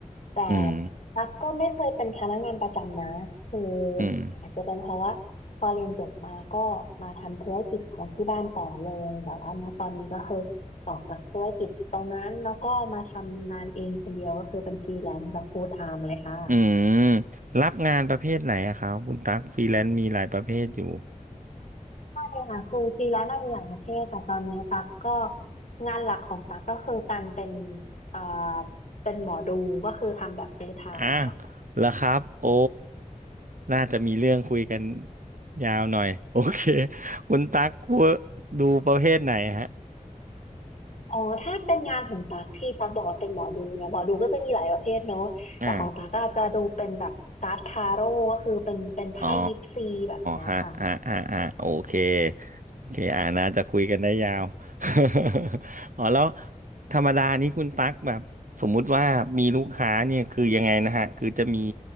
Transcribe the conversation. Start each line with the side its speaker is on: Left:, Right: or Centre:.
Left: แต่
Right: อืม
Left: ตั๊กก็ไม่เคยเป็นพนักงานประจำนะคือ
Right: อืม
Left: อาจจะเป็นเพราะว่าพอเรียนจบมาก็มาทำธุรกิจของที่บ้านต่อเลยแต่ว่าณตอนนี้ก็คือออกจากธุรกิจตรงนั้นแล้วก็มาทำงานเองคนเดียวก็คือเป็นฟรีแลนซ์แบบ full time เลยค่ะ
Right: อืมรับงานประเภทไหนอะครับคุณตั๊กฟรีแลนซ์มีหลายประเภทอยู่
Left: ใช่ค่ะคือฟรีแลนซ์น่ะมีหลายประเภทแต่ตอนนี้ตักก็งานหลักของตักก็คือการเป็นเอ่อเป็นหมอดูก็คือทำแบบ full time
Right: อ่ะ
Left: ค่ะ
Right: แล้วครับโอ้น่าจะมีเรื่องคุยกันยาวหน่อยโอเคคุณตั๊กกลัวดูประเภทไหนฮะ
Left: อ๋อถ้าเป็นงานของตักที่ตักบอกว่าเป็นหมอดูเนี่ยหมอดูก็จะมีหลายประเภทเนอะแต่ของตักก็จะดูเป็นแบบการ์ดทาโร่ก็คือเป็นเป็นไพ่ยิปซีแบบเนี้ยค่ะ
Right: อ่า อ๋อฮะฮะฮะฮะโอเคโอเคอ่าน่าจะคุยกันได้ยาว <laughs> อ๋อแล้วธรรมดานี้คุณตั๊กแบบสมมุติว่ามีลูกค้าเนี่ยคือยังไงนะฮะคือจะมี